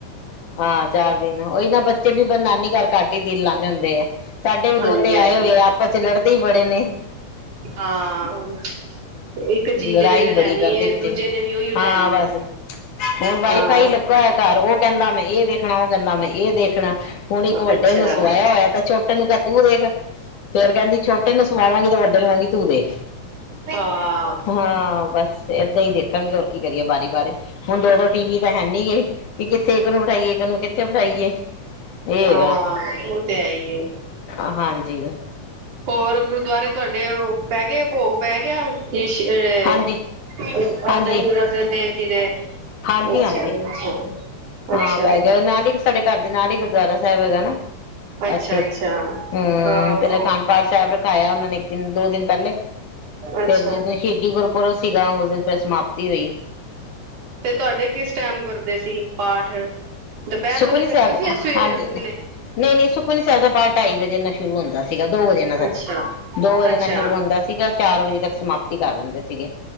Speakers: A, on the left; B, on the right.
A: ਹਾਂ ਚਾਰ ਦਿਨ, ਉਹੀ ਨਾ ਬੱਚੇ ਵੀ, ਫਿਰ ਨਾਨੀ ਘਰ ਘੱਟ ਹੀ ਦਿਲ ਲਾਉਦੇ ਹੁੰਦੇ ਐ ਸਾਡੇ ਵੀ
B: ਹਾਂਜੀ
A: ਦੋਤੇ
B: ਹਾਂਜੀ
A: ਆਏ ਹੋਏ ਆ, ਆਪਸ 'ਚ ਲੜਦੇ ਹੀ ਬੜੇ ਨੇ
B: ਹਾਂ ਇੱਕ ਚੀਜ਼
A: ਲੜਾਈ
B: ਜਿਹੜੀ ਔ ਨੇ ਲੈਣੀ
A: ਬੜੀ ਕਰਦੇ
B: ਹੈ,
A: ਕਿਤੇ
B: ਦੂਜੇ ਨੇ ਵੀ ਉਹੀੳ
A: ਹਾਂ
B: ਲੈਣੀ
A: ਬਸ
B: ਹੈ।
A: ਹੁਣ ਵਾਈ
B: ਹਾਂ
A: ਫਾਈ ਲੱਗਾ ਹੋਇਆ ਘਰ ਉਹ ਕਹਿੰਦਾ ਮੈਂ ਇਹ ਦੇਖਣਾ, ਉਹ ਕਹਿੰਦਾ ਮੈਂ ਇਹ ਦੇਖਣਾ। ਹੁਣ ਇੱਕ
B: ਹਾਂ, ਹਾਂ।
A: ਵੱਡੇ ਨੂੰ
B: ਹਾਂ,
A: ਸਵਾਇਆ
B: ਉਹ
A: ਹੋਇਆ, ਤਾਂ ਛੋਟੇ ਨੂੰ ਕਿਆ ਤੂੰ ਦੇਖ ਫੇਰ ਕਹਿੰਦੀ ਛੋਟੇ ਨੂੰ ਸਵਾਵਾਂਗੀ, ਤੇ ਵੱਡੇ ਨੂੰ ਕਵਾਂਗੀ ਤੂੰ ਦੇਖ
B: ਹਾਂ
A: ਹਾਂ, ਬਸ ਏਦਾਂ ਹੀ ਦੇਖਣਗੇ, ਹੋਰ ਕੀ ਕਰੀਏ ਬਾਰੀ ਬਾਰੀ, ਹੁਣ ਦੋ ਦੋ ਟੀਵੀ ਹੈਨੀ ਗੇ, ਵੀ ਕਿੱਥੇ ਇੱਕ ਨੂੰ ਬਿਠਾਈਏ, ਇੱਕ ਨੂੰ ਕਿੱਥੇ ਬਿਠਾਈਏ ਇਹ
B: ਹਾਂ,
A: ਹੈਗਾ
B: ਉਹ ਤੇ ਹੈ ਈ ਹੈ।
A: ਹਾਂਜੀ
B: ਹੋਰ ਗੁਰਦੁਆਰੇ ਤੁਹਾਡੇ ਉਹ ਪੈ ਗਿਆ, ਭੋਗ ਪੈ ਗਿਆ, ਸ਼੍ਰੀ
A: ਹਾਂਜੀ
B: ਗੁਰੂ ਅਰਜਨ,
A: ਹਾਂਜੀ
B: ਗੁਰੂ ਅਰਜਨ ਦੇਵ ਜਿਦੇ,
A: ਹਾਂਜੀ
B: ਅੱਛਾ,
A: ਹਾਂਜੀ
B: ਅੱਛਾ ਅੱਛਾ।
A: ਹਾਂ ਪੈ ਗਿਆ, ਨਾਲ ਹੀ ਸਾਡੇ ਘਰ ਦੇ ਨਾਲ ਹੀ, ਗੁਰਦੁਆਰਾ ਸਾਹਿਬ ਹੈਗਾ ਨਾ-
B: ਅੱਛਾ,
A: ਐਥੇ
B: ਅੱਛਾ
A: ਹੂੰ,
B: ਹਾਂ।
A: ਪਹਿਲਾਂ ਅਖੰਡ ਪਾਠ ਸਾਹਿਬ ਰਖਾਇਆ, ਉਹਨਾਂ ਨੇ ਇਕ ਦਿਨ ਦੋ ਦਿਨ ਪਹਿਲੇ
B: ਅੱਛਾ,
A: ਫੇਰ ਜਿਸ ਦਿਨ ਸ਼ਹੀਦੀ ਗੁਰਪੁਰਬ ਸੀਗਾ, ਉਸ ਦਿਨ- ਫਿਰ ਸਮਾਪਤੀ ਹੋਈ
B: ਤੇ ਤੁਹਾਡੇ ਕਿਸ ਟਾਈਮ ਗੁਰਦੇ ਸੀ ਪਾਠ- ਦੁਪਹਿਰ
A: ਸੁਖਮਨੀ
B: ਵੇਲੇ ਕਰਦੇ
A: ਸਾਹਿਬ
B: ਸੀ,
A: ਦਾ
B: ਜਾਂ ਸਵੇਰੇ
A: ਹਾਂਜੀ
B: ਵੇਲੇ
A: ਨਹੀਂ, ਨਹੀਂ ਸੁਖਮਨੀ ਸਾਹਿਬ ਦਾ ਪਾਠ ਢਾਈ ਵਜੇ ਨਾਲ ਸ਼ੁਰੂ ਹੁੰਦਾ ਸੀਗਾ, ਦੋ ਵਜੇ ਨਾਲ ਸੱਚ
B: ਅੱਛਾ,
A: ਦੋ ਵਜੇ
B: ਅੱਛਾ।
A: ਨਾਲ ਸ਼ੁਰੂ ਹੁੰਦਾ ਸੀਗਾ, ਚਾਰ ਵਜੇ ਤੱਕ ਸਮਾਪਤੀ ਕਰ ਦਿੰਦੇ ਸੀਗੇ